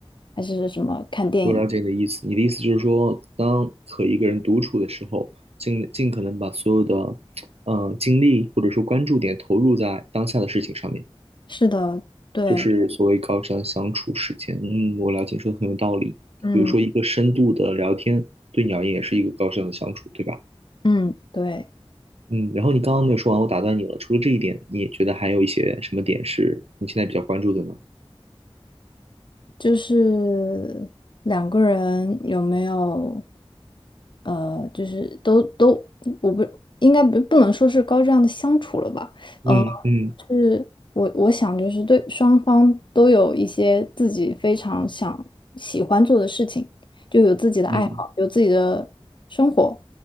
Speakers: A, on the left; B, on the right.
A: 还是什么看电影。
B: 我了解你的意思，你的意思就是说，当和一个人独处的时候，尽尽可能把所有的，呃，精力或者说关注点投入在当下的事情上面，
A: 是的，对，
B: 就是所谓高瞻相处时间。嗯，我了解，你说的很有道理。
A: 嗯。
B: 比如说一个深度的聊天，对你而言也是一个高瞻的相处，对吧？
A: 嗯，对，
B: 嗯，然后你刚刚没有说完，我打断你了。除了这一点，你觉得还有一些什么点是你现在比较关注的呢？
A: 就是两个人有没有，呃，就是都都，我不应该不不能说是高质量的相处了吧？
B: 嗯嗯
A: 呃，是我我想就是对双方都有一些自己非常想喜欢做的事情，就有自己的爱好，
B: 嗯，
A: 有自己的生活，